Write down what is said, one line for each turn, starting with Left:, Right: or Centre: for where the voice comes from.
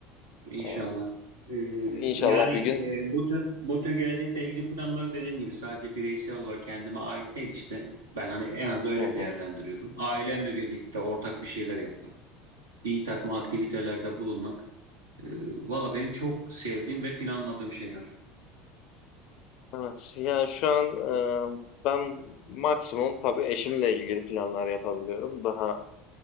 Right: İnşallah.
Left: Aa,
Right: Ee,
Left: İnşallah
Right: yani
Left: bir gün.
Right: e, bu tür bu tür gelecekle ilgili planlar dediğim gibi sadece bireysel olarak kendime ait değil işte. Ben hani en az da öyle
Left: Hı hı,
Right: değerlendiriyorum. Ailemle birlikte ortak bir şeyler yapmak, bir takım aktivitelerde
Left: hı.
Right: bulunmak. E, valla benim çok sevdiğim ve planladığım şeyler.
Left: Evet yani şu an e, ben maksimum tabii eşimle ilgili planlar yapabiliyorum. Daha